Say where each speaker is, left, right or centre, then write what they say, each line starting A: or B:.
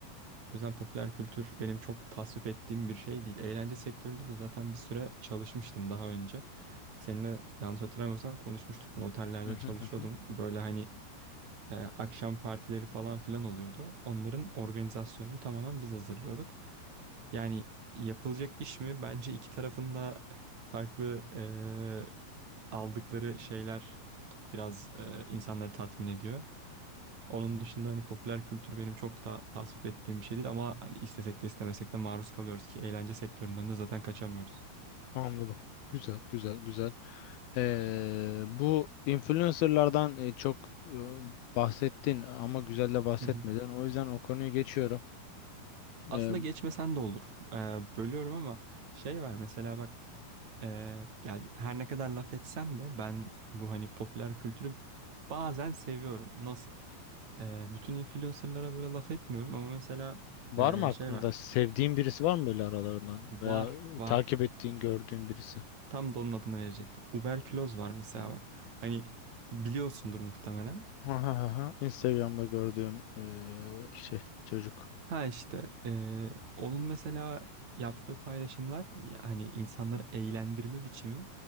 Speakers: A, on the right; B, on the left.
A: O yüzden popüler kültür benim çok tasvip ettiğim bir şey değil. Eğlence sektöründe de zaten bir süre çalışmıştım daha önce. Seninle yanlış hatırlamıyorsam konuşmuştuk bunu. Otellerde
B: <laughs>
A: çalışıyordum. Böyle hani e, akşam partileri falan filan oluyordu. Onların organizasyonunu tamamen biz hazırlıyorduk. Yani yapılacak iş mi? Bence iki tarafında <laughs> farklı e, aldıkları şeyler biraz e, insanları tatmin ediyor. Onun dışında hani popüler kültür benim çok da tasvip ettiğim bir şey değil ama hani istesek de istemesek de maruz kalıyoruz ki eğlence sektöründen de zaten kaçamıyoruz.
B: Anladım. Güzel, güzel, güzel. Ee, bu influencerlardan e, çok e, bahsettin ama güzel de bahsetmeden.
A: Hı hı.
B: O yüzden o konuyu geçiyorum.
A: Aslında
B: Ee,
A: geçmesen de olur. Ee, bölüyorum ama şey var mesela bak Ee, yani her ne kadar laf etsem de ben bu hani popüler kültürü bazen seviyorum. Nasıl? Ee, bütün influencerlara böyle laf etmiyorum ama mesela
B: var
A: ee,
B: mı aklında
A: şey var.
B: sevdiğin birisi var mı böyle aralarından
A: Var,
B: veya
A: var.
B: e, takip ettiğin, gördüğün birisi?
A: Tam da onun adını verecektim. Uberküloz var mesela bak. Hani biliyorsundur muhtemelen.
B: Ha ha ha. ha. Instagram'da gördüğüm eee, şey çocuk.
A: Ha işte eee, onun mesela yaptığı paylaşımlar yani insanları eğlendirme biçimi